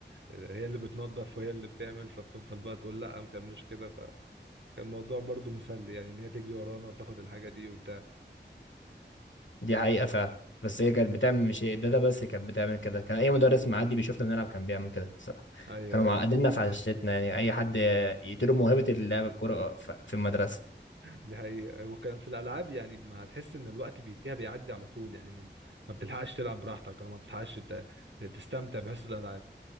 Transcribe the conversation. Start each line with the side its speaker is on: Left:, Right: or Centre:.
Right: هي اللي بتنظف وهي اللي بتعمل فبتفضل بقى تقول لا ما تعملوش كده فكان الموضوع برضو مسلي يعني ان هي تجري ورانا وتاخد الحاجه دي وبتاع
Left: دي حقيقة فعلا بس هي كانت بتعمل مش الداتا بس كانت بتعمل كده كان أي مدرس معدي بيشوفنا بنلعب كان بيعمل كده الصراحة
Right: ايوه
Left: كانوا معقديننا
Right: ايوه
Left: في عشتنا يعني أي حد يقتلوا موهبة اللعب الكورة ف- في المدرسة
Right: دي حقيقة وكان في الألعاب يعني ما تحس إن الوقت بي فيها بيعدي على طول يعني ما, ما بتلحقش تلعب براحتك أو ما بتلحقش ت- تستمتع بحس الألعاب